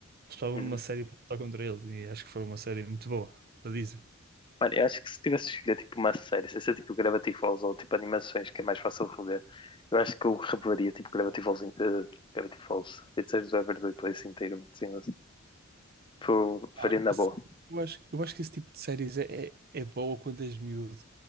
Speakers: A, on the right; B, on the left.
A: Eles pensavam
B: uhum.
A: numa série para lutar contra eles e acho que foi uma série muito boa, da Disney.
B: Mano, eu acho que se tivesse escolhido tipo uma série, sem ser tipo Gravity Falls ou tipo animações, que é mais fácil de rever, eu acho que eu reveria tipo Gravity Falls, in- eh, Gravity Falls, Feiticeiros do Waverly Place inteiro, mano, sim, mas, tipo,
A: Pá,
B: veria na
A: assim,
B: boa.
A: eu acho, eu acho que esse tipo de séries é, é, é boa quando és miúdo.